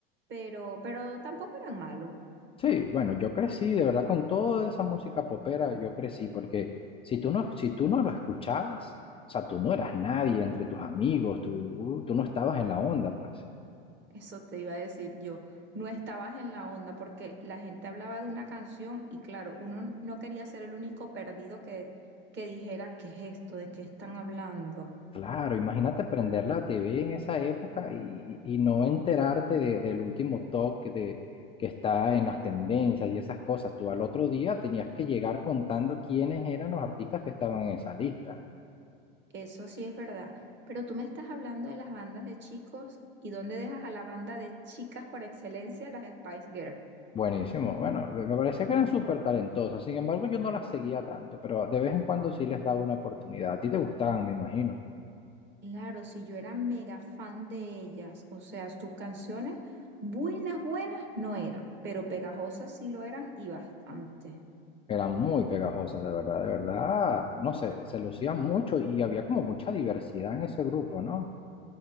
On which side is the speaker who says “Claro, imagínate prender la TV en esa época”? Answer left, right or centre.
Left